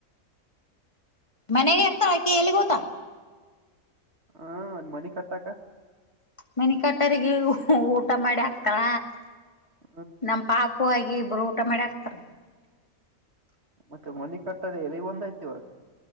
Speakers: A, on the left; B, on the right.
A: ಮನೆಗೆ ಇರ್ತಾಳಕಿ ಎಲ್ಲಿ ಗೋತಾ
B: ಹಾ ಮನಿ ಕತ್ತಾಕ್ಕ
A: ಮನ ಕಟ್ಟರಿಗೆ ಊಟ ಮಾಡಿ ಆಗ್ತಳ
B: ಹ್ಮ್
A: ನಮ ಪಾಪು ಆಗಿ ಬಬ್ರು ಊಟ ಮಾಡಿ ಹಾಕ್ತಾರ
B: ಮತ್ತೆ ಮನಿ ಕಟ್ಟದೆ ಎಲ್ಲಿಗ್ ಬಂದಯ್ತಿ ಇವಾಗ